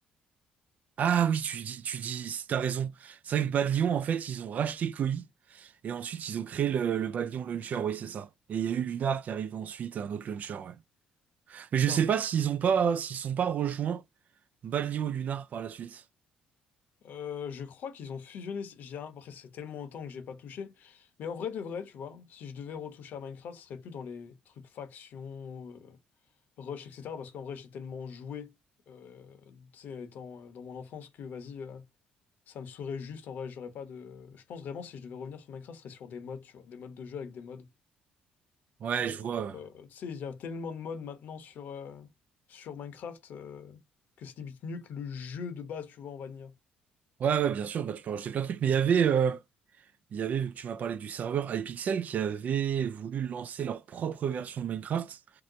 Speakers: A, on the right (about 50°); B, on the left (about 65°).
A: Ah oui, tu dis, tu dis, t'as raison. C'est vrai que Bad Lion en fait, ils ont racheté Koei et ensuite ils ont créé le, le Bad Lion Launcher, oui, c'est ça. Et il y a eu Lunar qui arrive ensuite, un autre launcher, ouais. Mais je
B: Attends,
A: sais pas s'ils ont pas, s'ils sont pas rejoints Bad Lion ou Lunar par la suite.
B: euh, je crois qu'ils ont fusionné. si, J'ai un- Après, c'est tellement longtemps que j'ai pas touché. Mais en vrai de vrai, tu vois, si je devais retoucher à Minecraft, ce serait plus dans les trucs factions, euh, rush, etc. Parce qu'en vrai, j'ai tellement joué, euh, tu sais, étant euh, dans mon enfance que vas-y, euh, ça me saurait juste. En vrai, j'aurais pas de. Je pense vraiment, si je devais revenir sur Minecraft, ce serait sur des modes, tu vois, des modes de jeu avec des mods.
A: Ouais,
B: Genre,
A: je vois.
B: euh, tu sais, il y a tellement de modes maintenant sur, euh, sur Minecraft euh, que c'est limite mieux que le jeu de base, tu vois, en vanilla.
A: Ouais, ouais, bien sûr, bah tu peux rajouter plein de trucs, mais il y avait, euh, il y avait, vu que tu m'as parlé du serveur iPixel qui avait voulu lancer leur propre version de Minecraft